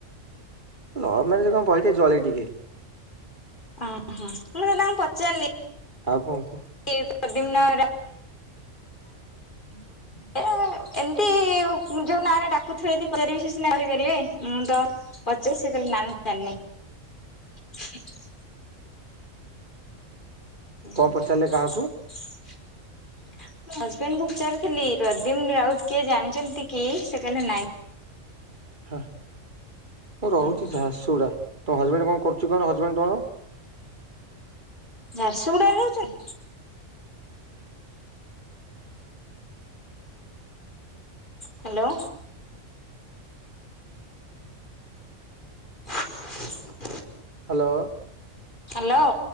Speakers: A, on the right; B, on the left.
A: ଲଭ୍ ମ୍ୟାରେଜ କଣ ବହିଟିକେ ଜଳେ ଟିକେ।
B: ଓହୋ, ମୁ <unintelligible> ତାଙ୍କୁ ପଚାରିଲି
A: ଆଉ କଣ କୁହ?
B: <unintelligible> ପଟଣା
A: <inaudible>
B: ଏ ଏମିତି ଯୋଉ ନାଁରେ ଡାକୁଥିବେ ଯଦି ପଚାରିବି ସେ ସିନା କହିପାରିବେ। ମୁଁ ତ <unintelligible> ସେ କହିଲେ ନା ମୁଁ ଜାଣିନି। <unintelligible> ହୁଁ,
A: କଣ ପଚାରିଲେ କାହାକୁ
B: ହଜବେଣ୍ଡ କୁ ପଚାରିଥିଲି ପ୍ରଦ୍ୟୁମ୍ନ ରାଉତ କିଏ ଜାଣିଛନ୍ତି କି ସେ କହିଲେ ନାଇଁ।
A: ହା, ମୁଁ ରହୁଚି
B: ହୁଁ
A: ଝାରସୁଗୁଡ଼ା। ତୋ ହଜବେଣ୍ଟ କଣ କରୁଛି। କଣ କରୁଚି ହଜବେଣ୍ଟ ତମର?
B: ଝାରସୁଗୁଡାରେ ରଉଛନ୍ତି। ହ୍ୟାଲୋ। <unintelligible>
A: Hello
B: hello.